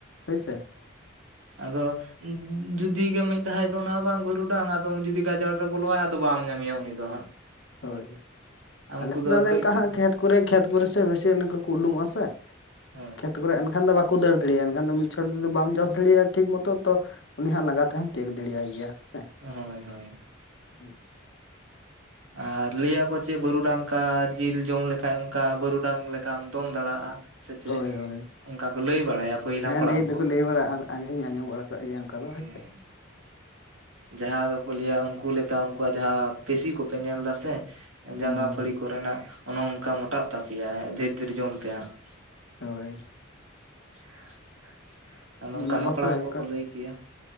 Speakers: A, on the left; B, on the right.
A: ᱦᱳᱭ ᱥᱮ ᱾
B: ᱟᱫᱚᱼᱼ ᱡᱩᱫᱤ ᱜᱮ ᱢᱤᱫ ᱫᱷᱟᱣᱮ ᱫᱚᱱᱟ ᱵᱟᱝ ᱵᱟᱹᱨᱩᱰᱟᱝ ᱟᱫᱚ ᱡᱩᱫᱤ ᱜᱟᱡᱟᱲ ᱨᱮ ᱵᱚᱞᱚᱜ ᱟᱭ ᱟᱫᱚ ᱵᱟᱢ ᱧᱟᱢᱮᱭᱟ ᱩᱱᱤ ᱫᱚ ᱦᱟᱸᱜ᱾
A: ᱦᱳᱭ ᱾
B: ᱩᱱᱠᱩ
A: ᱟᱞᱮ ᱥᱮᱫ ᱫᱚ ᱚᱱᱮ
B: ᱠᱟᱹᱡ
A: ᱚᱱᱠᱟ
B: ᱠᱟᱹᱡ
A: ᱦᱟᱸᱜ ᱠᱷᱮᱛ ᱠᱚᱨᱮ ᱠᱷᱮᱛ ᱠᱚᱨᱮ ᱥᱮ ᱵᱮᱥᱤ ᱚᱱᱠᱟ ᱠᱚ ᱩᱰᱩᱝᱚᱜᱼᱟ ᱥᱮ
B: ᱦᱳᱭ
A: ᱠᱷᱮᱛᱼᱼ ᱛᱚ ᱠᱚᱨᱮ ᱮᱱᱠᱷᱟᱱ ᱫᱚ ᱵᱟᱠᱚ ᱫᱟᱹᱲ ᱫᱟᱲᱤᱭᱟᱜᱼᱟ ᱮᱱᱠᱷᱟᱱ ᱫᱚ ᱢᱤᱫ ᱪᱷᱚᱴ ᱡᱩᱫᱤ ᱵᱟᱢ ᱡᱚᱥ ᱫᱟᱲᱤᱭᱟ ᱴᱷᱤᱠ ᱢᱚᱛᱚ ᱛᱚ ᱼᱼ ᱩᱱᱤ ᱦᱟᱸᱜ ᱞᱟᱜᱟ ᱛᱮ ᱦᱚᱢ ᱛᱮᱭᱳᱜ ᱫᱟᱲᱮᱭᱟᱭ ᱜᱮᱭᱟ ᱦᱮᱸ ᱥᱮ ᱾
B: ᱦᱳᱭ ᱦᱳᱭ
A: <unintelligible>
B: ᱾ ᱟᱨ ᱞᱟᱹᱭ ᱟᱠᱚ ᱪᱮ ᱵᱟᱹᱨᱩᱰᱟᱝ ᱠᱟ ᱡᱤᱞ ᱡᱚᱢ ᱞᱮᱠᱷᱟᱡ ᱚᱱᱠᱟ ᱵᱟᱹᱨᱩᱰᱟᱝ ᱞᱮᱠᱟᱢ ᱫᱚᱱ ᱫᱟᱲᱮᱭᱟᱜᱼᱟ ᱾ ᱥᱮ ᱪᱮᱫ
A: ᱦᱳᱭ ᱦᱳᱭ
B: ᱚᱱᱠᱟ ᱠᱚ ᱞᱟᱹᱭ ᱵᱟᱲᱟᱭᱟ ᱯᱟᱹᱦᱤᱞ
A: ᱦᱮᱸ
B: ᱦᱟᱯᱲᱟᱢ
A: ᱞᱟᱹᱭ ᱫᱚᱠᱚ
B: ᱠᱚ
A: ᱞᱟᱹᱭ ᱵᱟᱲᱟᱜᱼᱟ ᱟᱸᱡᱚᱢ ᱦᱚᱧ ᱟᱸᱡᱚᱢ ᱵᱟᱲᱟ ᱠᱟᱜ ᱜᱮᱭᱟ ᱚᱱᱠᱟ
B: ᱦᱚᱸᱼᱼ <unintelligible>
A: ᱫᱚ ᱦᱳᱭ ᱥᱮ
B: ᱡᱟᱦᱟᱸ ᱫᱚᱠᱚ ᱞᱟᱹᱭᱟ ᱩᱱᱠᱩ ᱞᱮᱠᱟ ᱩᱱᱠᱩᱣᱟᱜ ᱡᱟᱦᱟᱸ ᱯᱮᱥᱤ ᱠᱚᱯᱮ ᱧᱮᱞ ᱫᱟ ᱥᱮ ᱾
A: ᱦᱩᱸ
B: ᱡᱟᱸᱜᱟ ᱯᱷᱟᱹᱲᱤ ᱠᱚ ᱨᱮᱱᱟᱜ ᱚᱱᱮ ᱚᱝᱠᱟ ᱢᱳᱴᱟᱜ ᱛᱟᱯᱮᱭᱟ ᱰᱷᱮᱨ ᱰᱷᱮᱨ ᱡᱚᱢ ᱯᱮ ᱦᱟᱸᱜ ᱾
A: ᱦᱳᱭ
B: <inaudible> ᱟᱨ ᱱᱚᱝᱠᱟ
A: ᱚᱱᱮ
B: ᱦᱟᱯᱲᱟᱢ
A: ᱵᱟᱠᱚ ᱚᱱᱠᱟ
B: ᱠᱚᱠᱚ ᱞᱟᱹᱭ ᱠᱮᱭᱟ᱾